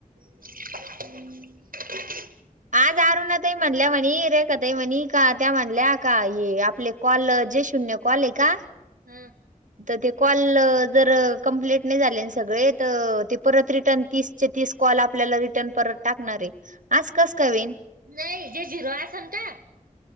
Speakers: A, on the right (about 85°); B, on the right (about 60°).
A: हम्म.
B: आज अरुण तई म्हणल्या म्हणी रे का तई म्हणी का त्या म्हणल्या का ये आपले कॉल जे शून्य कॉल आहे का?
A: हा
B: तर ते कॉल जर कंप्लीट नाही झाले सगळे तर ते परत रिटर्न तीस तीस कॉल आपल्याला रिटर्न परत टाकणार आहे आस कस का होऊन.
A: नाही जे झिरो असण का?